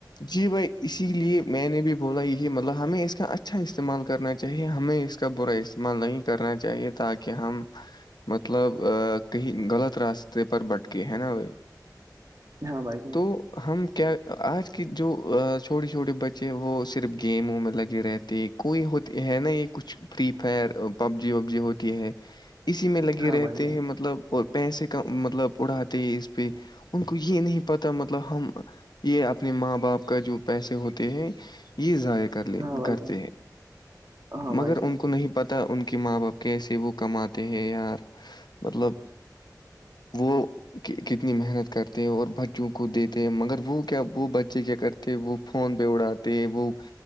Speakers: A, on the left (about 75°); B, on the right (about 50°).
A: جی بھائی اسی لیے میں نے بھی بولا یہی مطلب ہمیں اس کا اچھا استعمال کرنا چاہیے ہمیں اس کا برا استعمال نہیں کرنا چاہیے تاکہ ہم مطلب کہیں غلط راستے پر بٹکے ہے نا وہائی
B: ہاں بھائی جان
A: تو ہم کیا آج کہ جو چھوٹے چھوٹے بچے ہیں وہ صرف گیم وم میں لگے رہتے ہیں کوئی ہوتی ہے نا یہ کچھ فری فائر پب جی وب جی ہوتی ہے اسی میں لگے
B: ہاں
A: رہتے
B: بھائی جان
A: ہیں مطلب اور پیسے کا مطلب اڑھاتے ہیں اس پہ ان کو یہ نہیں پتا مطلب ہم یہ اپنے ماں باپ کا جو پیسے ہوتے ہیں یہ ضائق کر ل
B: ہاں بھائی
A: کرتے
B: جان
A: ہیں
B: ہاں بھائی
A: مگر
B: جان
A: ان کو نہیں پت ان کی ماں باپ کیسے وہ کماتے ہیں یار مطلب وہ کتنی محنت کرتے ہیں اور بچوں کو دیتے ہیں مگر وہ کیا وہ بچے کیا کرتے وہ فون پہ اڑاتے وہ